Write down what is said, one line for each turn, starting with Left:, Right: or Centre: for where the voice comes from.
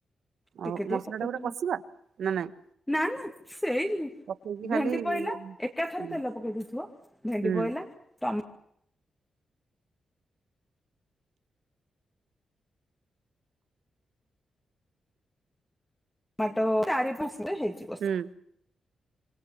Centre: ଟିକେ
Right: ଆଉ
Centre: ଟିକେ
Right: ମସଲା
Centre: ପକେଇଦେଲ
Right: ଟା ଗୋଟେ କଷିବା ନା ନାଇଁ?
Centre: ନା ନା ସେଇ
Right: ପକେଇକି ଖାଲି
Centre: ଭେଣ୍ଡି ପଇଲା ଏକା ଥରେ
Right: ହୁଁ
Centre: ତେଲ ପକେଇ ଦେଇଥିବ। ଭେଣ୍ଡି
Right: ହୁଁ
Centre: ପଇଲା ଟମା ମାତ ଚାରି ପାନ୍ସ <inaudible> ହେଇଛି।
Right: ହୁଁ।